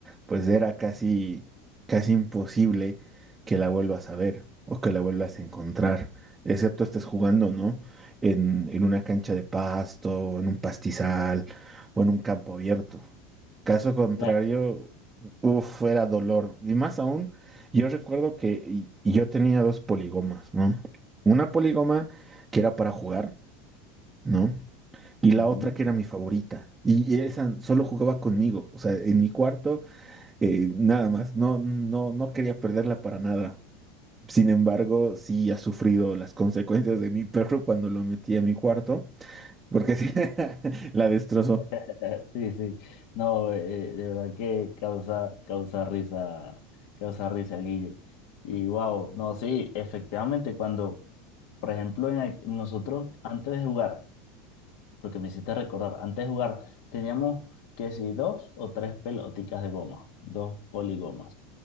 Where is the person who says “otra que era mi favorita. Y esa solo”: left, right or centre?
Right